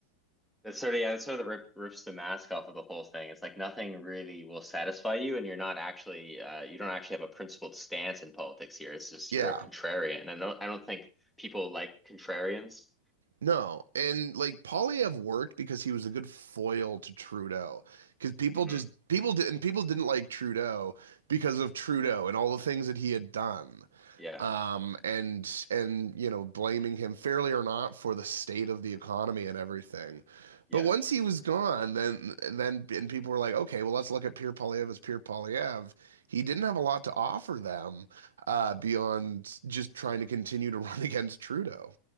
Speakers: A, in the centre; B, on the right.
A: That's sort of yeah, that sort of the rip, rips the mask off of the whole thing. It's like nothing really will satisfy you, and you're not actually uh, you don't actually have a principled stance in politics here. It's just
B: Yeah,
A: you're a contrarian, and I don't, I don't think people like contrarians.
B: no, and like Polyev worked because he was a good foil to Trudeau, because people
A: hmm
B: just people did and people didn't like Trudeau because of Trudeau and all the things that he had done.
A: Yeah,
B: um, and and you know blaming him fairly or not for the state of the economy and everything.
A: yeah,
B: But once he was gone, then then and people were like, okay, well let's look at Pierre Polyev as Pierre Polyev. He didn't have a lot to offer them uh, beyond just trying to continue to <laughs> run against Trudeau.